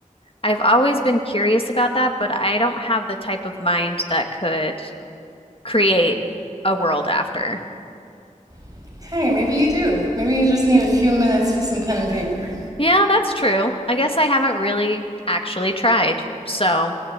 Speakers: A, on the left (about 40°); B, on the right (about 25°).
A: I've always been curious about that, but I don't have the type of mind that could create a world after.
B: <laughs> hey, maybe you do. Maybe you just need a few minutes with some pen and paper.
A: Yeah, that's true. I guess I haven't really actually tried. So